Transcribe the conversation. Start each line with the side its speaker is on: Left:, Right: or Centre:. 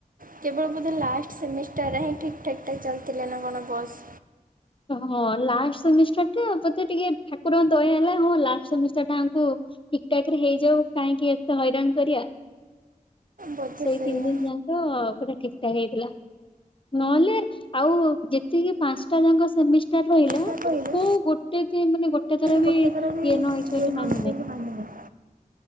Right: କେବଳ ବୋଧେ ଲାଷ୍ଟ ସେମିଷ୍ଟାରରେ ହିଁ ଠିକ୍ ଠାକ୍ ଟା ଚାଲିଥିଲେ ନା କଣ ବସ୍।
Left: ହଁ ଲାଷ୍ଟ ସେମିଷ୍ଟାର ବୋଧେ ଟିକେ ଠାକୁରଙ୍କ ଦୟା ହେଲା ହଁ ଲାଷ୍ଟ ସେମିଷ୍ଟାର ଆଙ୍କୁ ଠିକ୍ ଠାକ୍ ରେ ହେଇଯାଉ କାହିଁକି ଏତେ ହଇରାଣ କରିଆ।
Right: ବୋଧେ
Left: ସେଇ
Right: ସେଇଆ
Left: ତିନି ଦିନ ଯାକ ପୁରା ଠିକ୍ ଠାକ୍ ହେଇଥିଲା ନହେଲେ ଆଉ ଯେତିକି ପାଞ୍ଚଟା ଯାକ ସେମିଷ୍ଟାର ରହିଲା ମାନେ
Right: ତା କହିଲେ
Left: କୋଉ ଗୋଟେ ଦ ମାନେ ଗୋଟେ ଥର ବି
Right: ଗୋଟେ
Left: ଇଏ
Right: ଥର ବି ଟ୍ରେନ୍
Left: ନ ହେଇଛି ବୋଲି ମାନେ
Right: ହେଉଛି
Left: ନାଇଁ।
Right: ବୋଲି ମାନିନି